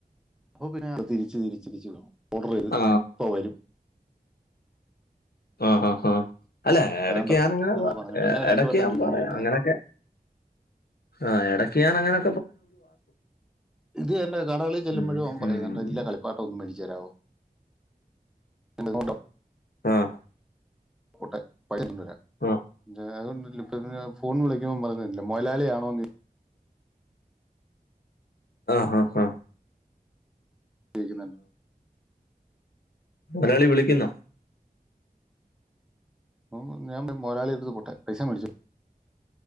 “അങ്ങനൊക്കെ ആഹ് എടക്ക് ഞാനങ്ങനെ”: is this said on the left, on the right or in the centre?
Left